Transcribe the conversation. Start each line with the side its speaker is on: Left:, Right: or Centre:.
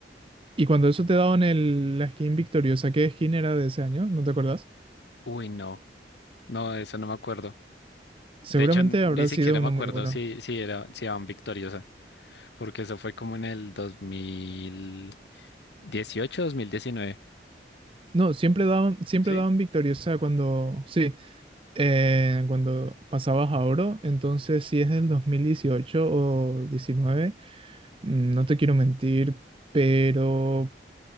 Right: Y cuando eso te daban el, la skin victoriosa, ¿qué skin era de ese año? ¿No te acordás?
Left: Uy, no, no, de eso no me acuerdo.
Right: Seguramente
Left: De hecho, n- ni
Right: habrá
Left: siquiera
Right: sido uno
Left: me acuerdo
Right: muy bueno.
Left: si, si era, si iban victoriosa, porque eso fue como en el 2018, 2019.
Right: No, siempre daban, siempre
Left: ¿Sí?
Right: daban victoriosa cuando, sí, eh, cuando pasabas a oro. Entonces, si es del 2018 o diecinueve mm, no te quiero mentir, pero